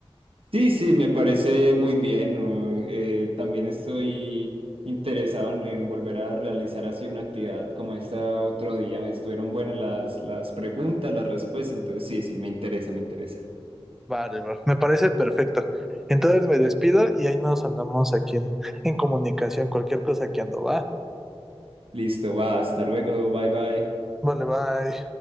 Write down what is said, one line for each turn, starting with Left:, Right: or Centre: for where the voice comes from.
Right: Sí, sí, me parece muy bien. ¿no? Eh, también estoy interesado en, en volver a realizar así una actividad como esta otro día. Estuvieron buenas las, las preguntas, las respuestas, entonces sí, sí, me interesa, me interesa.
Centre: Vale, bro. Me parece perfecto. Entonces me despido y ahí nos andamos aquí en, en comunicación. Cualquier cosa que ando, va.
Right: Listo, va, hasta luego, bye bye.
Centre: Vale, bye.